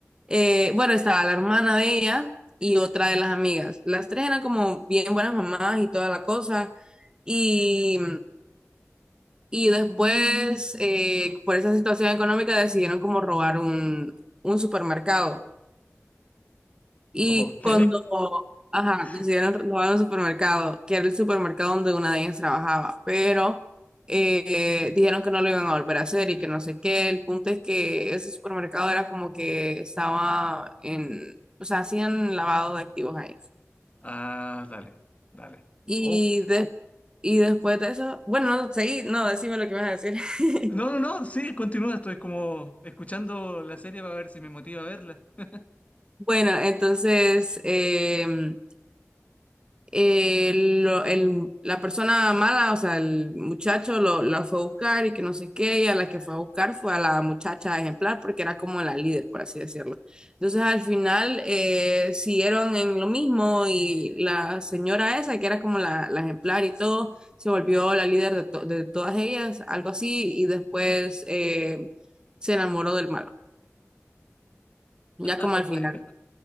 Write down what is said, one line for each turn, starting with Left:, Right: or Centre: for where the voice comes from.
Right: eh, bueno, estaba la hermana de ella y otra de las amigas. Las tres eran como bien buenas mamás y toda la cosa. Y y después, eh, por esa situación económica, decidieron como robar un, un supermercado. Y
Left: Ok.
Right: cuando, ajá, decidieron
Left: <laughs>
Right: robar un supermercado, que era el supermercado donde una de ellas trabajaba, pero eh, dijeron que no lo iban a volver a hacer y que no sé qué. El punto es que ese supermercado era como que estaba en, o sea, hacían lavado de activos ahí.
Left: Ah, dale, dale.
Right: Y,
Left: Uf.
Right: de- y después de eso, bueno, no, seguí, no, decime lo que me vas a decir.
Left: No,
Right: <laughs>
Left: no, no, sí, continúa, estoy como escuchando la serie para ver si me motiva a verla. <laughs>
Right: Bueno, entonces em, el- lo- el- la persona mala, o sea, el muchacho lo, la fue a buscar y que no sé qué, y a la que fue a buscar fue a la muchacha ejemplar porque era como la líder, por así decirlo. Entonces al final eh, siguieron en lo mismo y la señora esa, que era como la, la ejemplar y todo, se volvió la líder de, to- de todas ellas, algo así, y después eh, se enamoró del malo, ya
Left: Ah,
Right: como al
Left: Bueno,
Right: final.